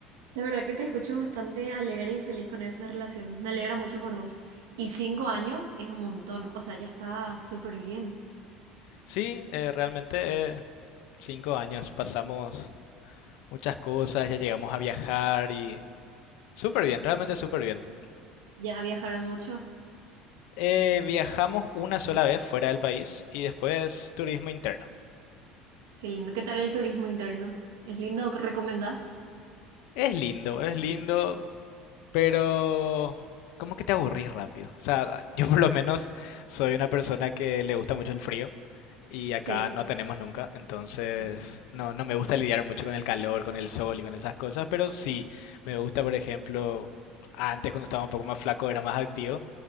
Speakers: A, on the right (about 80°); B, on the left (about 70°).
A: La verdad que te escucho bastante alegre y feliz con esa relación. Me alegra mucho por vos. Y cinco años es un montón. O sea, ya está súper bien.
B: Sí, eh, realmente... eh, Cinco años, pasamos muchas cosas, ya llegamos a viajar y súper bien, realmente súper bien.
A: Ya viajaron mucho.
B: Eh, viajamos una sola vez fuera del país y después turismo interno.
A: Qué lindo. ¿Qué tal el turismo interno? ¿Es lindo? ¿Recomendás?
B: Es lindo, es lindo. pero como que te aburrís rápido. O sea, <laughs> yo por lo menos soy una persona que le gusta mucho el frío y acá
A: Sí.
B: no tenemos nunca, entonces
A: Mm.
B: no, no me gusta lidiar mucho con el calor, con el sol y con esas cosas, pero sí me gusta, por ejemplo, antes cuando estaba un poco más flaco era más activo,